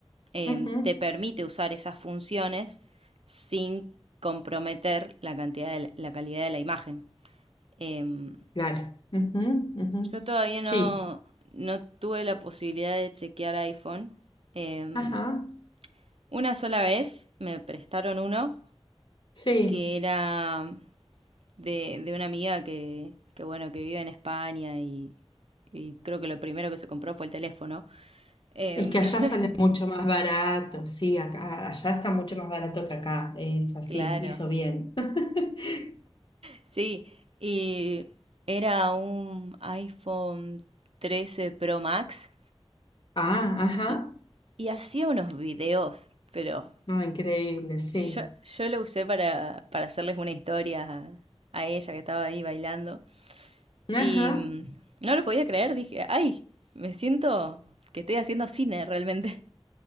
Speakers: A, on the right (about 80°); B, on the left (about 55°).
A: eh,
B: ujú,
A: te permite usar esas funciones sin comprometer la cantidad de la, la calidad de la imagen. Em,
B: Claro. ujú, ujú.
A: yo todavía no,
B: Sí.
A: no tuve la posibilidad de chequear iPhone. Em,
B: Ajá.
A: una sola vez me prestaron uno
B: Sí.
A: que era de, de una amiga que, que, bueno, que vive en España y, y creo que lo primero que se compró fue el teléfono. Em,
B: Es que allá
A: <laughs>
B: sale mucho más barato. Sí, acá, allá está mucho más barato que acá. Es así.
A: claro,
B: Hizo bien. <laughs>
A: sí, y era un iPhone trece Pro Max
B: Ah, ajá.
A: y, y hacía unos videos, pero
B: No, increíble, sí.
A: yo, yo lo usé para, para hacerles una historia a, a ella que estaba ahí bailando
B: Ajá.
A: y mm, no lo podía creer, dije, ay, me siento que estoy haciendo cine realmente.